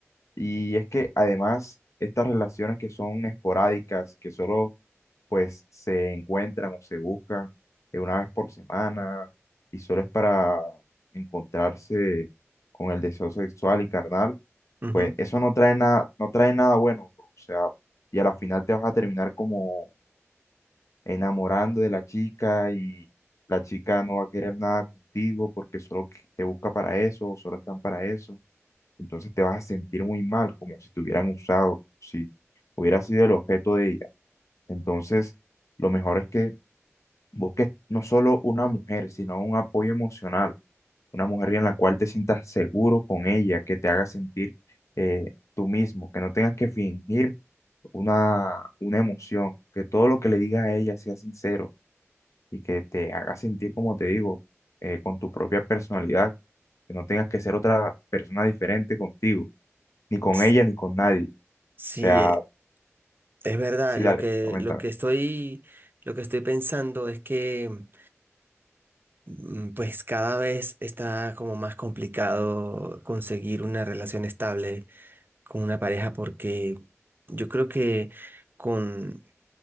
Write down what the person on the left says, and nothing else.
Y es que además estas relaciones que son esporádicas, que solo pues se encuentran o se buscan eh, una vez por semana y solo es para encontrarse con el deseo sexual y carnal,
pues eso no trae nada, no trae nada bueno, bro. O sea, y a la final te vas a terminar como enamorando de la chica y la chica no va a querer nada contigo porque solo que- te busca para eso, solo están para eso. Entonces te vas a sentir muy mal, como si te hubieran usado, si hubieras sido el objeto de ella. Entonces, lo mejor es que busques no solo una mujer, sino un apoyo emocional, una mujer en la cual te sientas seguro con ella, que te haga sentir eh, tú mismo, que no tengas que fingir una, una emoción, que todo lo que le digas a ella sea sincero y que te haga sentir, como te digo, eh, con tu propia personalidad, que no tengas que ser otra persona diferente contigo ni con
ella ni con nadie.
O sea,
sí,
dale,
coméntame.